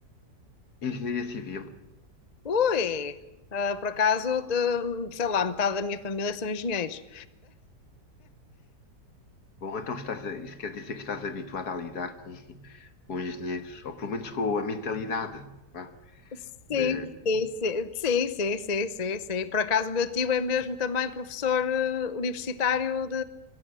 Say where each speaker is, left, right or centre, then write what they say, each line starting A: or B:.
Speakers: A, on the left; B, on the left.
A: engenharia civil.
B: Ui, ah, por acaso, hum, sei lá, metade da minha família são engenheiros.
A: Bom, então estás a- isso quer dizer que estás habituado a lidar com, com engenheiros, ou pelo menos com a mentalidade, vá,
B: Sim,
A: de,
B: sim, sim, sim, sim, sim, sim, sim. Por acaso, o meu tio é mesmo também professor eh, universitário de,